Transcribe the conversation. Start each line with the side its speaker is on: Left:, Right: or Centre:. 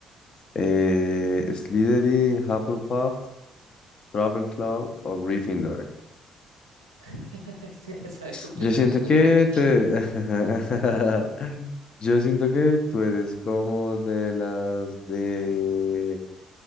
Left: eh, Slytherin, Hufflepuff, Ravenclaw o Gryffindor.
Right: <laughs> Se la sabe completa,
Left: Yo siento
Right: me muero.
Left: que
Right: <laughs>
Left: te... <laughs> Yo siento que tú eres como de las de